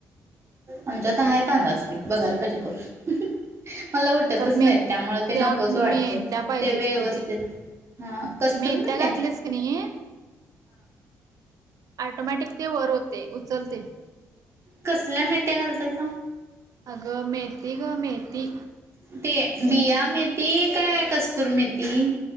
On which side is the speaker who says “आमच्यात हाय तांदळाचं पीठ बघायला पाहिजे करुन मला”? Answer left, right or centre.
Right